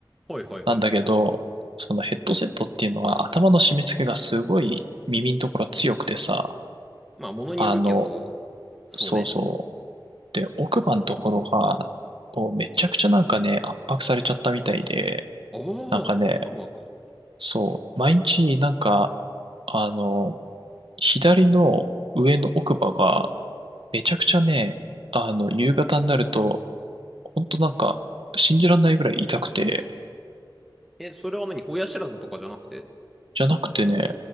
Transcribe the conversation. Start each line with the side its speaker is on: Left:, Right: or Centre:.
Centre: はいはいはい。
Right: なんだけど、そのヘッドセットっていうのは頭の締め付けがすごい耳のところ強くてさ、
Centre: まあ、物によるけど、
Right: あの、
Centre: そうね。
Right: そうそう。で、奥歯のところが、こうめちゃくちゃなんかね、圧迫されちゃったみたいで、
Centre: ああ、
Right: なんかね、
Centre: 奥歯か。
Right: そう、毎日なんか、あの、左の上の奥歯が、めちゃくちゃね、あの、夕方になると、ほんとなんか、信じらんないぐらい痛くて、
Centre: え、それは何親知らずとかじゃなくて
Right: じゃなくてね、